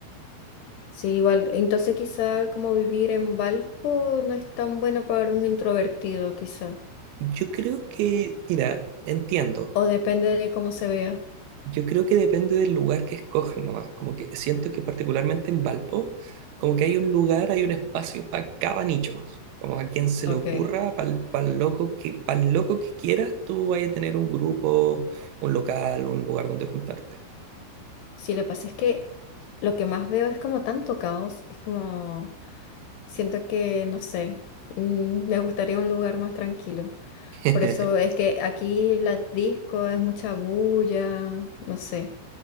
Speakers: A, on the left; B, on the right.
A: Sí, igual. Entonces quizá como vivir en Valpo no es tan bueno para un introvertido, quizá.
B: Yo creo que, mira, entiendo.
A: O depende de cómo se vea.
B: Yo creo que depende del lugar que escojan nomás. Como que siento que particularmente en Valpo, como que hay un lugar, hay un espacio para cada nicho. Como a quien se
A: Ok.
B: le ocurra, para el loco que, para loco que quieras, tú vas a tener un grupo, un local, un lugar donde juntarte.
A: Sí, lo que pasa es que lo que más veo es como tanto caos. Es como... Siento que, no sé, mm, me gustaría un lugar más tranquilo.
B: <laughs>
A: Por eso es que aquí la disco es mucha bulla, no sé.